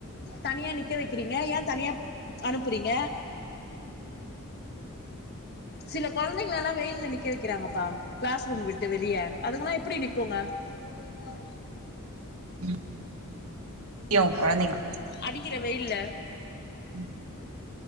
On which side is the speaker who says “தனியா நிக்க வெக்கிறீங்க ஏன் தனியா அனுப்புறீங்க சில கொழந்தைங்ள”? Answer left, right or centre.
Left